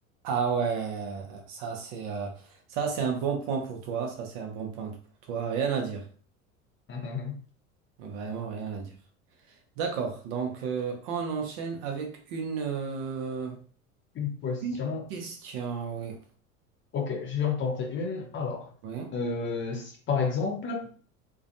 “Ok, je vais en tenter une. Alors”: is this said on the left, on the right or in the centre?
Left